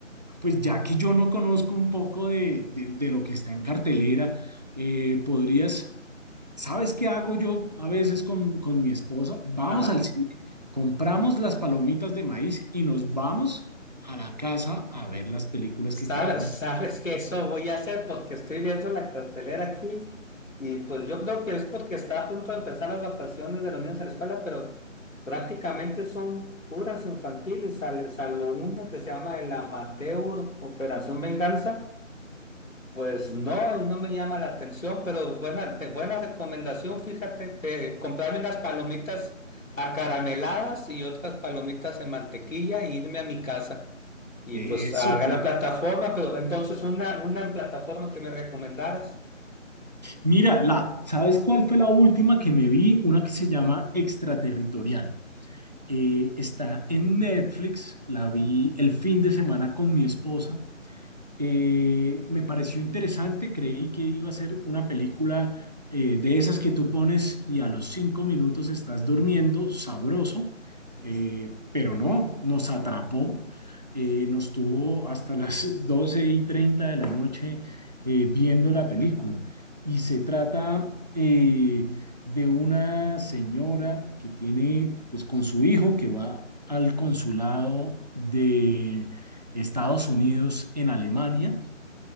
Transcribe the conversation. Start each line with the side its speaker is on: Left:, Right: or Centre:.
Right: pues ya que yo no conozco un poco de, de- de lo que está en cartelera, eh, podrías, ¿sabes qué hago yo a veces con, con mi esposa? Vamos
Left: Ajá.
Right: al cine, compramos las palomitas de maíz y nos vamos a la casa a ver las películas
Left: Sabes,
Right: que queremos.
Left: sabes que eso voy a hacer porque estoy viendo la cartelera aquí y pues yo creo que es porque está a punto de empezar las vacaciones de los niños en la escuela, pero prácticamente son puras infantiles, sal- salvo una que se llama el Amateur Operación Venganza. Pues no, no me llama la atención, pero buena, te- buena recomendación, fíjate, eh, comprarme unas palomitas acarameladas y otras palomitas en mantequilla e irme a mi casa. Y
Right: Eso,
Left: pues haga
Right: claro.
Left: la plataforma, pero entonces una, una plataforma que me recomendaras.
Right: Mira, la, ¿sabes cuál fue la última que me vi? Una que se llama Extraterritorial. Eh, está en Netflix, la vi el fin de semana con mi esposa Eh, me pareció interesante, creí que iba a ser una película eh, de esas que tú pones y a los cinco minutos estás durmiendo, sabroso, eh, pero no, nos atrapó, eh, nos tuvo hasta las <laughs> 12 y 30 de la noche eh, viendo la película. Y se trata eh, de una señora que tiene, pues con su hijo, que va al consulado de Estados Unidos en Alemania